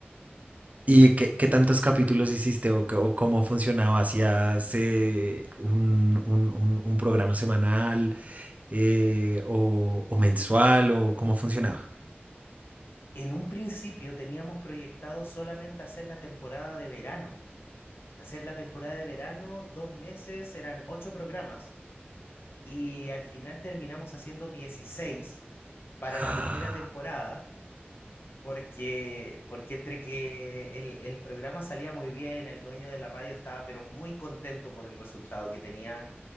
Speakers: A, on the right; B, on the left.
A: ¿Y qué, qué tantos capítulos hiciste o, qué- o cómo funcionaba? ¿Hacías eh, un, un- un- un programa semanal? eh, o, o mensual o cómo funcionaba.
B: En un principio teníamos proyectado solamente hacer la temporada de verano. Hacer la temporada de verano, dos meses, eran ocho programas y al final terminamos haciendo 16 para
A: Ah.
B: la primera temporada porque, porque entre que el, el programa salía muy bien, el dueño de la radio estaba pero muy contento por el resultado que tenía,